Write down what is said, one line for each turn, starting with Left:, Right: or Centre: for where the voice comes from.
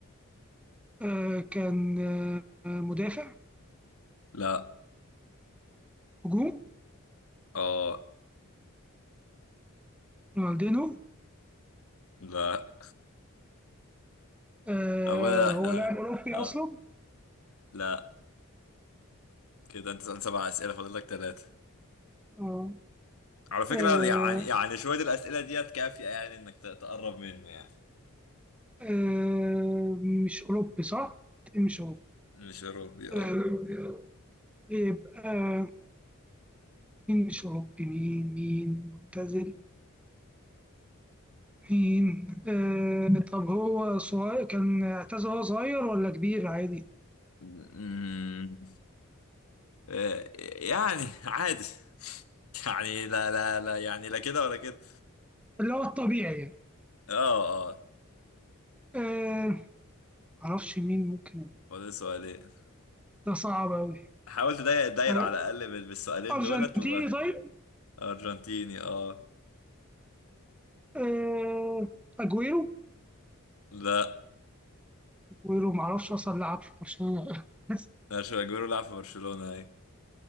Centre: آه، كان آه، مدافع
Left: لا
Centre: هجوم
Left: اه
Centre: رونالدينو
Left: لا
Centre: آه،
Left: اولا
Centre: هو
Left: احنا
Centre: لاعب أوروبي
Left: اه
Centre: أصلا
Left: لا كده انت سألت سبع اسئله فاضل لك ثلاثه
Centre: آه،
Left: على فكره
Centre: آه،
Left: يعني يعني شويه الاسئله ديت كافيه يعني انك ت- تقرب منه يعني
Centre: آه، مش أوروبي صح؟ مش أوروبي
Left: مش اوروبي اه
Centre: آه، يبقى مين مش أوروبي مين مين معتزل مين آه، طب هو صغير كان اعتزل وهو صغير ولا كبير عادي؟
Left: أمم، آه، يعني عادي <laughs> يعني لا لا لا يعني لا كده ولا كده
Centre: اللي هو الطبيعي يعني
Left: اه اه
Centre: آه معرفش مين ممكن
Left: فاضل سؤالين
Centre: ده صعب أوي
Left: حاولت اضيق الدايرة
Centre: آه
Left: على الأقل بال- بالسؤالين
Centre: أرجنتيني
Left: دولت وبقى
Centre: طيب
Left: أرجنتيني اه
Centre: آه أجويرو
Left: لا
Centre: أجويرو معرفش أصلا لعب في برشلونة <laughs> ولا لا.
Left: مش اجويرو لعب في برشلونة اي